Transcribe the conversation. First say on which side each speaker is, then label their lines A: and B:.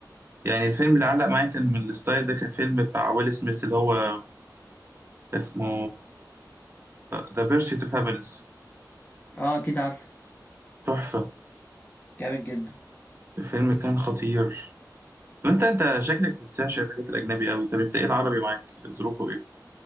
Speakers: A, on the right; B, on the left.
A: يعني الفيلم اللي علق معايا كان من الستايل ده كان فيلم بتاع ويل سميث اللي هو اسمه ذا بيرسيت اوف هابينس
B: اه أكيد عارفه
A: تحفه
B: جامد جدا
A: الفيلم كان خطير وانت انت شكلك بتعشق الحاجات الاجنبي قوي طب انت ايه العربي معاك ظروفه ايه